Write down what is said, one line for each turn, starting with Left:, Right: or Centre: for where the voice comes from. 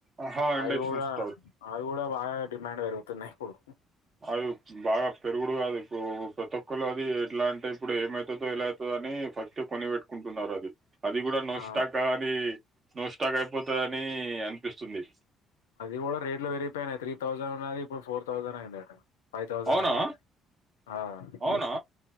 Right: ఆహా ఇండక్షన్
Left: అయిగుడా
Right: స్టవ్
Left: అవిగూడ బాగా డిమాండ్ పెరుగుతున్నాయిప్పుడు
Right: అవి బాగా పెరుగుడు కాదు ఇప్పుడు ప్రతి ఒక్కళ్ళు అది ఎట్లా అంటే ఇప్పుడు ఏమవుతదో ఎలా అయితొ అని ఫస్ట్ కొనిపెట్టుకుంటున్నారు అది అది కూడా నొస్టాక్
Left: ఆ
Right: అని నో స్టాక్ అయిపోతుందిని అనిపిస్తుంది
Left: అది కూడా రేట్ లో వెరగిపోయినాయి త్రీ థౌసండ్ ఉన్నది ఇప్పుడు ఫోర్ థౌసండ్ అయిందిట ఫైవ్ థౌజండ్
Right: అవునా
Left: నైన్ హండ్రెడ్
Right: అవునా